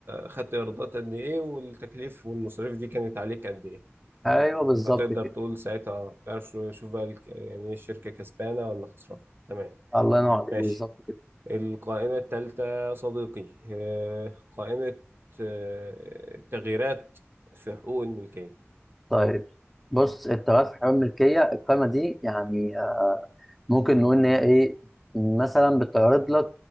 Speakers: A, on the right (about 50°); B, in the centre.
A: خدت ايرادات قد ايه والتكاليف والمصاريف دي كانت عليك قد ايه
B: ايوه بالظبط
A: فتقدر
B: كده
A: تقول ساعتها اه تعرف شو- شوف بقى الك- يعني ايه الشركه كسبانه ولا خسرانه تمام
B: الله ينور عليك
A: ماشي
B: بالظبط كده
A: القائمه الثالثه صديقي آه، قائمه آه، التغييرات في حقوق الملكيه
B: طيب بص التغيرات في حمل الملكية القائمة دي يعني آه، ممكن نقول إن هي إيه مثلا بتعرض لك